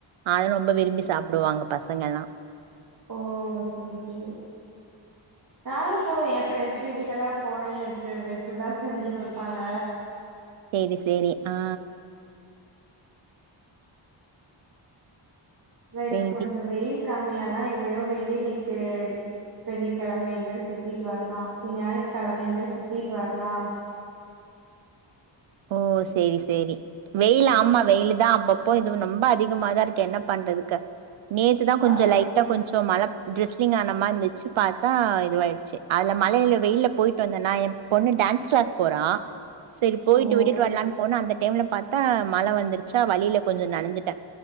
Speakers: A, on the right (about 80°); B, on the right (about 45°).
A: அது ரொம்ப விரும்பி சாப்டுவாங்க பசங்கல்லா
B: ஓ செரி செரி நானு போவே என் ஃப்ரெண்ட்ஸ் வீட்டுக்கெல்லா போனே எனக்கு வெஜ் தா செஞ்சு வெப்பாங்க
A: சேரி சேரி ஆ
B: த
A: சேரி
B: இப்ப கொஞ்ச வெயில் கம்மியானா எங்கயோ வெளிய நிக்கு வெள்ளிக்கெழம எங்கயு சுத்திட்டு வர்லா சே ஞாயித்துக்கெழம எங்கயு சுத்திட்டு வர்லா
A: ஓ சேரி சேரி வெயில் ஆமா வெயிலு தா அப்பப்போ இதுவு நொம்ப அதிகமாதா இருக்கு என்ன பண்றதுக்கு நேத்து தான் கொஞ்சம்
B: அது
A: லைட்டா கொஞ் சோ மழ ட்ரெஸ்லிங் ஆன மாறி இருந்துச்சு பாத்தா இதுவாயிடுச்சு அதுல மழையில வெயில போயிட்டு வந்தனா எப் பொண்ணு டான்ஸ் கிளாஸ் போறா செரி போயிட்டு
B: ஓ
A: விட்டுட்டு வரலானு போனா அந்த டைம்ல பாத்தா மழ வந்துருச்சா வழியில கொஞ்சம் நனைஞ்சுட்டேன்